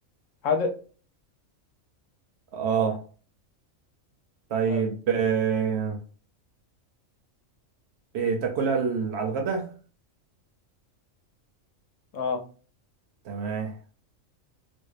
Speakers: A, on the left; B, on the right.
A: حادق
B: اه طيب
A: حلو
B: آه. إيه تاكلها ال- على الغدا
A: اه
B: تمام